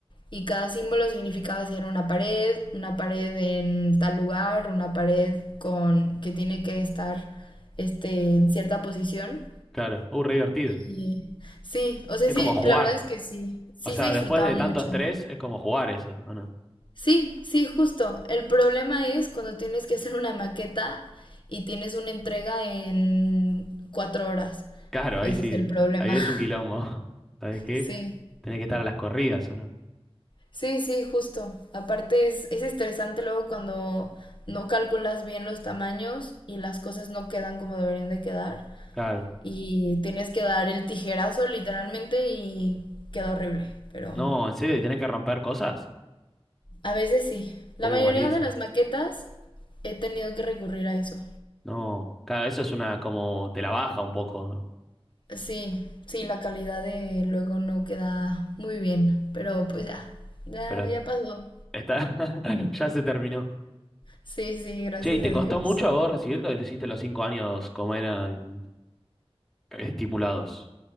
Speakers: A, on the left; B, in the centre.
A: y cada símbolo significaba si era una pared, una pared en tal lugar, una pared con que tiene que estar este, en cierta posición.
B: claro. Uh, re divertido.
A: Y, sí, o sea,
B: Es
A: sí,
B: como jugar.
A: la verdad es que sí, sí
B: O sea,
A: se disfrutaba
B: después de
A: mucho.
B: tanto estrés, es como jugar eso, ¿o no?
A: Sí, sí, justo. El problema es cuando tienes que hacer una maqueta y tienes una entrega en cuatro horas.
B: Claro, ahí
A: Ese
B: sí,
A: es el problema.
B: ahí es
A: <laughs>
B: un quilombo. <laughs> ¿Sabes qué?
A: Sí,
B: Tenés que estar a las corridas, ¿o no?
A: sí, sí, justo. Aparte es, es estresante luego cuando no calculas bien los tamaños y las cosas no quedan como deberían de quedar.
B: Claro.
A: Y tienes que dar el tijerazo literalmente y queda horrible. Pero
B: No, ¿en serio? ¿Y ¿Tenés que romper cosas?
A: a veces sí. La
B: Uh,
A: mayoría
B: malísimo.
A: de las maquetas he tenido que recurrir a eso.
B: No, claro, eso es una como te la baja un poco, ¿no?
A: Sí, sí, la calidad de luego no queda muy bien, pero pues ya, ya,
B: Pero
A: ya pasó.
B: Está, <laughs> ya se terminó.
A: Sí, sí, gracias
B: Che, ¿y te
A: a
B: costó
A: Dios.
B: mucho a vos recibirte o le hiciste los cinco años como eran estipulados?